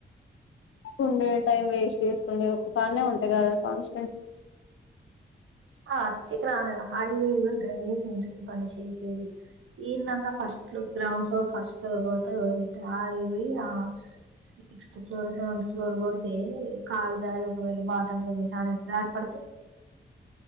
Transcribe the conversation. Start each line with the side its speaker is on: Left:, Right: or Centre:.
Left: ఉమ్ టైం వేస్ట్ చేసుకుే ఒ కానే ఉంటాయి కదా కాన్స్
Right: ఆ అచ్చికలన ఆడపోయ కూడా కూడా దేయే సంట పను శే సే ఈన్నన్న ఫస్ట్ లొ గౌడ్ ఫ్లోర్ ఫస్ట్ ఫ్లోర్ కొడత రోజులయితే ఆడిపోయి ఆ సిక్స్త్ ఫ్లోర్ సెవెంత్ ఫ్లోర్ కొడితే కాలు జారి ఒకవేళ బాటమ్ లో మీ చాన జారి పడితే